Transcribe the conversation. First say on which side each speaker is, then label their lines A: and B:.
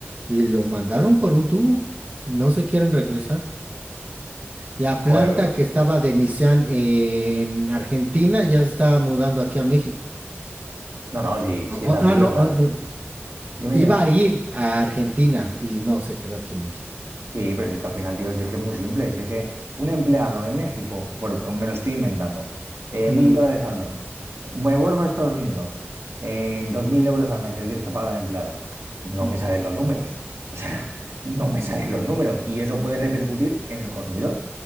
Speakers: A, on the right (about 35°); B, on the right (about 75°).
A: y lo mandaron por un tubo, no se quieren regresar. La
B: Joder,
A: planta que estaba de Nissan en Argentina ya se estaba mudando aquí a México.
B: no, no, si,
A: Ah,
B: si es así,
A: ah, no,
B: o sea,
A: ah, no.
B: dime, dime.
A: Iba a ir a Argentina y no, se quedó aquí en México.
B: Sí, pero si es que al final, tío, si es que es muy simple, si es que un empleado en México, por- me lo estoy inventando, eh,
A: Mm,
B: mil dólares al mes, me vuelvo a Estados Unidos, eh, dos mil euros al mes le tienes que pagar al empleado, no
A: ujú,
B: me salen los números, o sea, <laughs> no me salen los números y eso puede repercutir en el consumidor,